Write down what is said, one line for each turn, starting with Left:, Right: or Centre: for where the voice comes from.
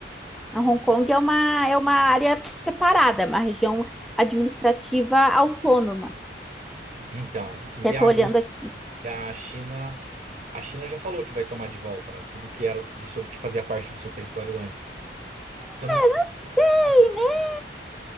Centre: Não, Hong Kong é uma, é uma área separada, uma região administrativa autônoma.
Right: Então, que
Centre: Até
Right: a
Centre: tô olhando
Right: Rússia,
Centre: aqui.
Right: que a China, a China já falou que vai tomar de volta, né? Tudo que era do seu, que fazia parte do seu território antes. Se eu não me...
Centre: Não sei,
Right: Hum.
Centre: né?